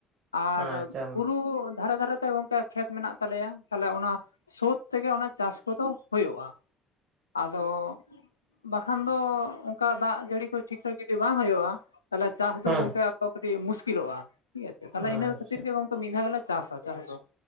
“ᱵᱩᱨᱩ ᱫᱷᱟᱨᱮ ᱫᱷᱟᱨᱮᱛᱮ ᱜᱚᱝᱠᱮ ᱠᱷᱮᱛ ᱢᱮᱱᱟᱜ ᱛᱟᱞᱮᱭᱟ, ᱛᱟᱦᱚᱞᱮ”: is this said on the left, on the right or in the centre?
Left